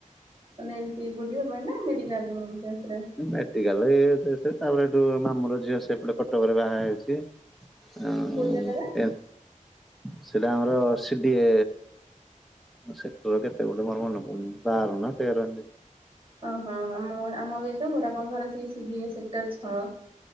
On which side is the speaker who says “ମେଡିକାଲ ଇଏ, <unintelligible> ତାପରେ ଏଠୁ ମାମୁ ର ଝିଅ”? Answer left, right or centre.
Centre